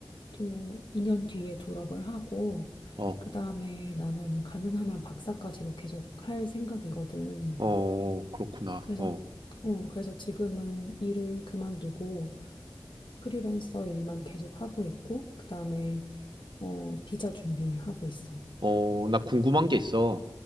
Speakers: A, on the left; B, on the right.
A: 또 2년 뒤에 졸업을 하고
B: 어,
A: 그다음에 나는 가능하면 박사까지도 계속 할 생각이거든.
B: 어, 그렇구나.
A: 그래서
B: 어,
A: 어, 그래서 지금은 일을 그만두고 프리랜서 일만 계속 하고 있고, 그 다음에, 어, 비자 준비하고 있어.
B: 어, 나 궁금한 게 있어.